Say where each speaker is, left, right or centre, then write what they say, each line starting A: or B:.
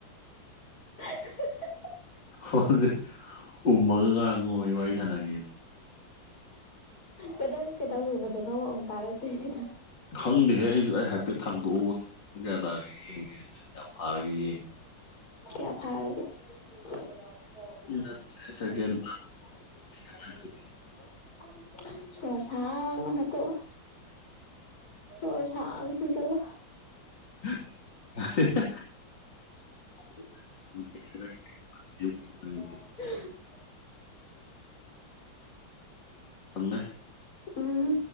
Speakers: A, on the left (about 50°); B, on the left (about 65°).
A: <unintelligible>
B: ꯍꯁꯦ ꯎꯃꯒꯒꯉ ꯑꯩ ꯋꯥꯔꯤ ꯁꯅꯒꯦꯅꯤ
A: ꯀꯗ ꯀꯩꯗꯧꯔꯨꯕꯗꯣꯅꯣ ꯃꯛ ꯇꯥꯔꯛꯇ꯭ꯔꯤꯁꯤꯅ
B: ꯈꯪꯗꯦꯍꯦ ꯑꯩ ꯑꯩ ꯍꯥꯏꯐꯦꯠ ꯊꯥꯡꯗꯣꯛꯎꯕ ꯒ꯭ꯌꯥ ꯇꯥꯔꯒ ꯌꯦꯡꯉꯦ ꯌꯥꯝ ꯐꯥꯔꯒ ꯌꯦꯡꯉꯦ
A: ꯀꯌꯥ ꯐꯥꯔꯒ <unintelligible>
B: ꯃꯤꯅꯠꯁꯦ ꯁꯦꯀꯦꯟ ꯇꯔꯥꯃꯉꯥꯏ
A: ꯆꯔꯁꯥꯅ ꯍ ꯇꯣ ꯆ ꯁꯅ ꯆꯤꯡ ꯆꯂꯣ
B: ꯐꯝ ꯑ <unintelligible>
A: ꯑꯣ ꯎ
B: ꯑꯃꯦ
A: ꯎꯝ